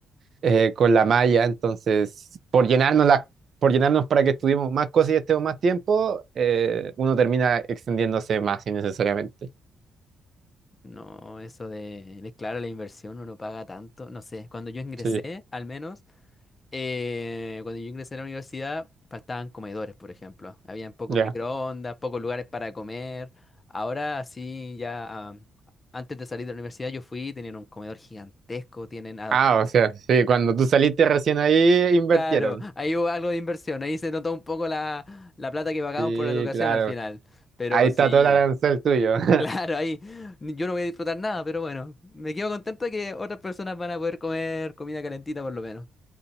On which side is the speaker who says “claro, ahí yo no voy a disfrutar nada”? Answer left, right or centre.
Left